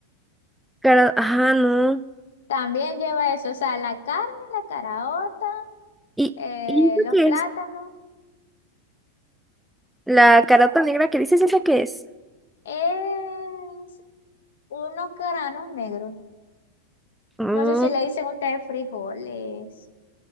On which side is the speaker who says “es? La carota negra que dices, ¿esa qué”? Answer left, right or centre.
Centre